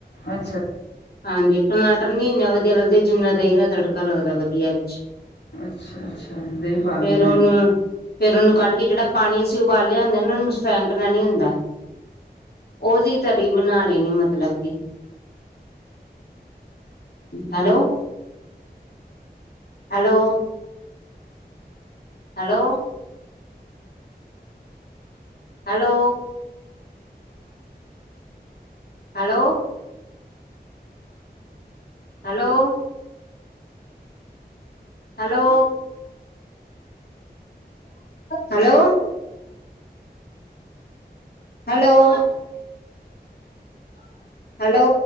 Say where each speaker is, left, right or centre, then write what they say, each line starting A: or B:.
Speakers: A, on the left; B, on the left.
A: ਅੱਛਾ।
B: ਹਾਂਜੀ ਟਮਾਟਰ ਨੀ ਇੰਨੇ ਵਧੀਆ ਲੱਗਦੇ, ਜਿੰਨਾ ਦਹੀਂ ਦਾ ਤੜਕਾ ਲੱਗਦਾ ਵਧੀਆ ਐਚ।
A: ਅੱਛਾ- ਅੱਛਾ ਦਹੀਂ ਪਾਲੋ
B: ਫੇਰ
A: ਐਨਾਚ।
B: ਉਹਨੂੰ ਫੇਰ ਉਹਨੂੰ ਕੱਢ ਕੇ ਜਿਹੜਾ ਪਾਣੀ ਅਸੀਂ ਉਬਾਲਿਆ ਹੁੰਦਾ ਨਾ, ਉਹਨੂੰ ਫੈਂਕਣਾ ਨਹੀਂ ਹੁੰਦਾ। ਉਹਦੀ ਤਰੀ ਬਣਾ ਲੈਣੀ ਮਤਲਬ ਕਿ। Hello. Hello. Hello. Hello, hello. Hello. Hello, hello. Hello, hello.